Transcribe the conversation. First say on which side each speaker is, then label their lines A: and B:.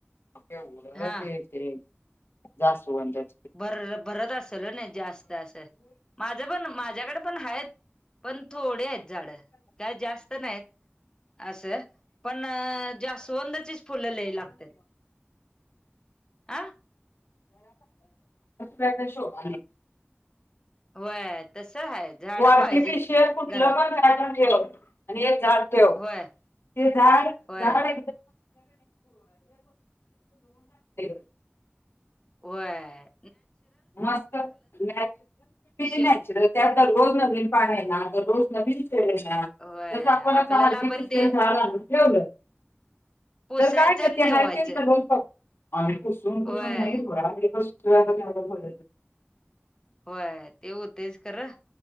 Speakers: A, on the left; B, on the left.
A: <unintelligible>
B: हा
A: जास्वंद.
B: भर भरत असल नाही जास्त असं, माझं पण माझ्याकडे पण आहेत. पण थोडे आहेत झाड काय जास्त नाहीत. असं, पण जास्वंदचीच फुलं लय लागत्यात. आ.
A: बब शो. <unintelligible>
B: वय तस आहे झाड
A: <unintelligible>
B: पाहिजेत
A: कुठलं
B: घरात
A: पण ठेव आणि एक झाड ठेव,
B: होय
A: ते झाड
B: होय
A: झाड <unintelligible>
B: व्हय.
A: <unintelligible>
B: श
A: नॅचरल त्यात रोज पाहायला रोज नवीन <unintelligible> जस
B: होय
A: आपण
B: आपल्याला
A: असं आर्टिशिफिल
B: पण ते
A: झाड आणून ठेवलं.
B: पुसायचं
A: तर काय ग
B: आणि
A: ते
B: ठेवायचं
A: हाय ते करून ठेव. आणि पुसून पुसून
B: होय
A: नाही. <unintelligible>
B: होय ते होतयच खरं,